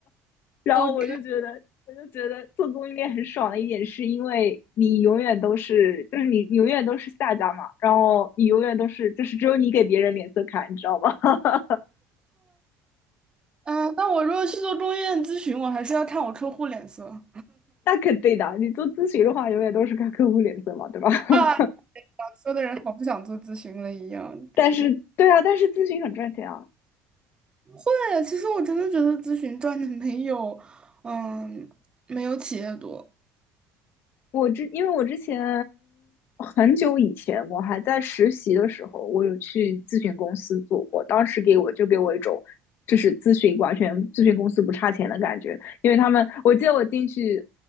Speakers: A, on the left; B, on the right.
A: 然后我就觉得，
B: OK
A: 我就觉得做供应链很爽的一点，是因为你永远都是，就是你永远都是下家嘛，然后你永远都是，就是只有你给别人脸色看，你知道吗？<laughs>
B: 啊，那我如果去做供应链咨询，我还是要看我客户脸色
A: 那肯定的，你做咨询的话，永远都是看客户脸色嘛，对吧？
B: 啊。
A: <laughs>
B: 说的人好不想做咨询了一样。
A: 但是，对啊，但是咨询很赚钱啊，
B: 对，其实我真的觉得咨询赚的没有，嗯，没有企业多，
A: 我之，因为我之前很久以前，我还在实习的时候，我有去咨询公司做过，当时给我就给我一种，就是咨询完全咨询公司不差钱的感觉，因为他们，我记得我进去